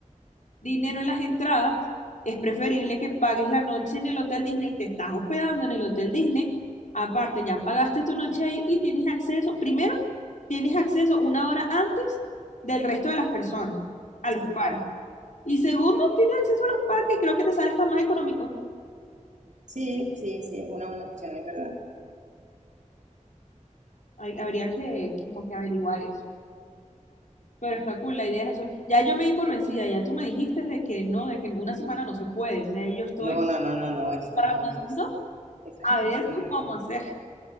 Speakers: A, on the left; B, on the right.
A: dinero en las entradas, es preferible que pagues la noche en el hotel Disney, te estás hospedando en el hotel Disney. Aparte, ya pagaste tu noche ahí y tienes acceso, primero, tienes acceso una hora antes del resto de las personas a los
B: Ajá.
A: parques. Y segundo, tienes acceso a los parques y creo que te sale hasta más económico.
B: Sí, sí, sí, es una buena opción, es verdad.
A: Hay- habría que como que averiguar eso. Pero está cool, la idea es eso. Ya yo me di por vencida, ya tú me dijiste de que no, de que en una semana no se puede. O sea, yo estoy
B: No, no, no, no, no, eso
A: tramando
B: no, eso es, eso
A: a
B: es imposible.
A: ver cómo vamos a hacer.